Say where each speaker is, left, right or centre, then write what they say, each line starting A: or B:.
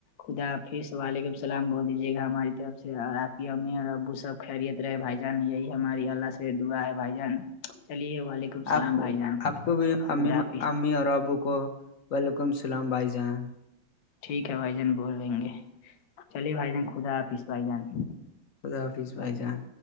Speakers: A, on the left; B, on the left.
A: خدافظ وعلیکم السلام بول یہ گا ہماری طرف سے اور آپ کی امی اور ابو سب خیریت رہے بھائی جان یہی ہماری اللہ سے دعا ہے بھائی جان چلیے وعلیکم <inaudible>
B: آپ کو
A: بھائی جان
B: آپ کو بھی امی
A: خدا حافظ
B: امی اور ابو کو وعلیکم السلام بھائی جان
A: ٹھیک ہے بھائی جان بولیں گے چلیے بھائی جان خدا حافظ بھائی جان
B: خدا حافظ بھائی جان